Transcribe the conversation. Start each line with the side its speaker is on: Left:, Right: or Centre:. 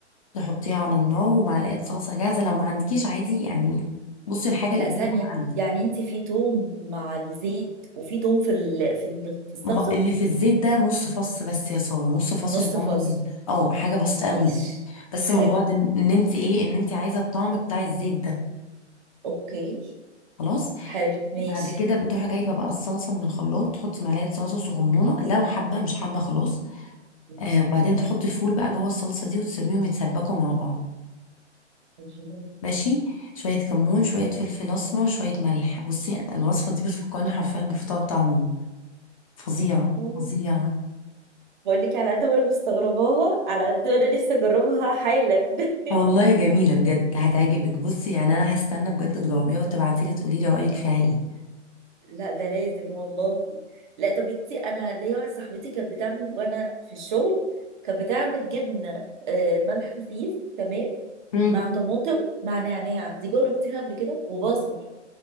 Left: تحطيها على النار ومعلقه صلصه جاهزه لو ما عندكيش عادي يعني بصي الحاجه
Right: لا
Left: الافيلابل
Right: ثانية
Left: عندك
Right: يعني انت في توم مع الزيت وفي توم في ال... في ال... في الصلصة
Left: ما هو اللي في الزيت ده نص فص بس يا ساره نص فص
Right: نص
Left: صغنن
Right: فص
Left: جدا اه حاجه بسيطه
Right: ماشي
Left: قوي بس
Right: حلو
Left: مجرد ان إن انت ايه ان انت عايزه الطعم بتاع الزيت ده
Right: اوكي
Left: خلاص
Right: حلو ماشي
Left: بعد كده بتروحي جايبه بقى الصلصه من الخلاط تحطي معلقه صلصه صغنونه لو حابه مش حابه خلاص
Right: ماشي
Left: آه وبعدين تحطي الفول بقى جوه الصلصه دي وتسيبيهم يتسبكوا مع بعض
Right: الجمال
Left: ماشي شوية كمون شوية فلفل أسمر شوية ملح بصي الوصفة دي بتفكرني حرفيا بالفطار بتاع ماما فظيع
Right: بقول
Left: فظيع
Right: لك على قد ما انا مستغرباها على قد ما انا لسه اجربها حالا <laughs>
Left: والله جميلة بجد هتعجبك بصي يعني أنا هستنى بجد تجاوبيها وتبعتيلي تقولي لي رأيك فيها إيه
Right: لا ده لازم والله لا طب انتي انا ليا واحده صاحبتي كانت بتعمل وانا في الشغل كانت بتعمل جبنه آه، ملح خفيف تمام
Left: مم.
Right: مع طماطم مع نعناع دي جربتيها قبل كده وبصل